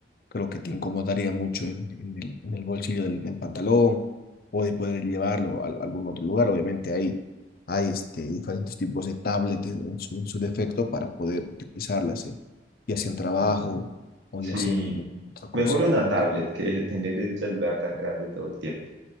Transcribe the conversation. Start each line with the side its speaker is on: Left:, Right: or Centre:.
Left: creo que te incomodaría mucho en, en el, en el bolsillo del, del pantalón o de poder llevarlo a, a algún otro lugar, obviamente hay, hay este, diferentes tipos de tablet en su, en su defecto para poder utilizarlas, eh, ya sea en
Right: Ujú.
Left: trabajo o
Right: Sí.
Left: ya sea en otra cosa,
Right: Mejor una
Left: en
Right: tablet
Left: otra área.
Right: que <laughs> tener un celular tan grande todo el tiempo.